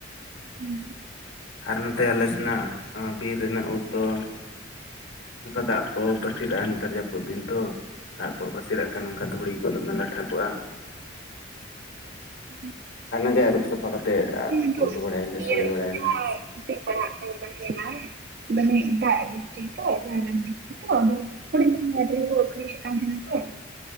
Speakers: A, on the right (about 50°); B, on the left (about 85°).
A: ᱦᱮᱸ᱾
B: ᱟᱨ ᱱᱚᱛᱮ ᱟᱞᱮ ᱥᱮᱱᱟᱜ ᱵᱤᱨ ᱨᱮᱱᱟᱜ ᱩᱫ ᱫᱚ ᱚᱱᱠᱟ ᱫᱟᱜ ᱠᱚ ᱯᱟᱹᱥᱤᱨᱟᱜ-ᱟ ᱱᱮᱛᱟᱨ ᱡᱟᱹᱯᱩᱫ ᱫᱤᱱ ᱛᱚ ᱼᱼ ᱫᱟᱜ ᱠᱚ ᱯᱟᱹᱥᱤᱨᱟᱜ ᱠᱟᱱ ᱱᱚᱝᱠᱟ ᱫᱷᱩᱲᱤ ᱠᱚ ᱫᱚᱢᱮ ᱞᱟᱴᱷᱟᱠᱟᱜ-ᱟ ᱾
A: ᱦᱩᱸ
B: ᱚᱱᱟᱜᱮ ᱟᱹᱨᱩᱵ ᱥᱟᱯᱷᱟ ᱠᱟᱛᱮ
A: ᱡᱟᱦᱟᱸ
B: ᱩᱛᱩ ᱵᱟᱲᱟᱭᱟᱞᱮ ᱥᱳᱲᱮ ᱵᱟᱲᱟᱭᱟᱞᱮ ᱾
A: <unintelligible> ᱢᱟᱱᱮ ᱮᱴᱟᱜ ᱰᱤᱥᱴᱤᱠ ᱠᱚ ᱡᱷᱟᱲᱜᱨᱟᱢ ᱰᱤᱥᱴᱤᱠ ᱾ <unintelligible> ᱦᱩᱰᱤᱧ ᱦᱟᱭᱵᱨᱤᱰ ᱠᱚ ᱠᱚ ᱟᱠᱷᱨᱤᱧ ᱮᱫ ᱛᱟᱦᱮᱱᱟ ᱥᱮ ᱾